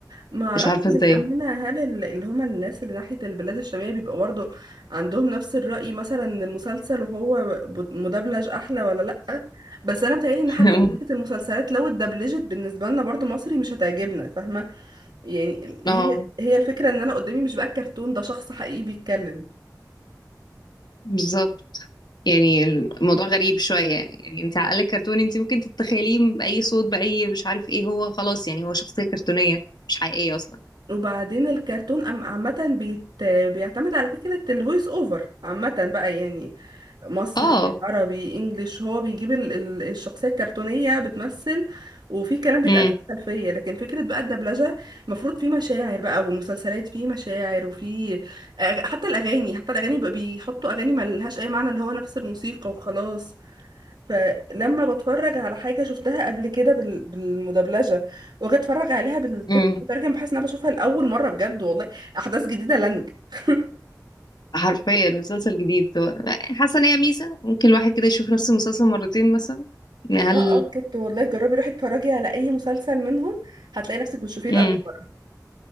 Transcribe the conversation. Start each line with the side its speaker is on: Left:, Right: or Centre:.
Right: ما اعرفش
Left: مش عارفه
Right: للامانه
Left: ازاي
Right: هل ال- اللي هما الناس اللي ناحيه البلاد الشاميه بيبقى برضه عندهم نفس الراي مثلا إن المسلسل وهو ب- مدبلج احلى ولا لا بس انا متهيألي ان
Left: <laughs>
Right: حتى فكره المسلسلات لو اتدبلجت بالنسبه لنا برضه مصري مش هتعجبنا فاهمه يعني ال-
Left: اه
Right: هي هي الفكره ان انا قدامي مش بقى كرتون ده شخص حقيقي بيتكلم
Left: بالظبط يعني الموضوع غريب شويه يعني يعني انت على الاقل كرتوني انت ممكن تتخيليه باي صوت باي مش عارف ايه هو خلاص يعني هو شخصيه كرتونيه مش حقيقيه اصلا
Right: وبعدين الكرتون أم- عامة بيت... بيعتمد على فكرة الفويس اوفر عامة بقى يعني مصري
Left: اه
Right: عربي انجليش هو بيجيب ال... ال- الشخصية الكرتونية بتمثل وفي كلام بيتقال
Left: امم
Right: في الخلفية لكن فكرة بقى الدبلجة المفروض في مشاعر بقى والمسلسلات في مشاعر وفي أغ- حتى الأغاني حتى الأغاني بقى بيحطوا أغاني ملهاش أي معنى اللي هو نفس الموسيقى وخلاص فلما بتفرج على حاجة شفتها قبل كده بال- بالمدبلجة واجي اتفرج عليها بالتركي
Left: <laughs>
Right: مترجم بحس ان انا بشوفها لأول مرة بجد والله أحداث جديدة لنج <laughs>
Left: حرفيا مسلسل جديد هو- حاسه ان هي ميزه ممكن الواحد كده يشوف نفس المسلسل مرتين مثلا يعني هل
Right: اه اه بجد والله جربي روحي اتفرجي على أي مسلسل منهم هتلاقي نفسك بتشوفيه
Left: امم
Right: لأول مرة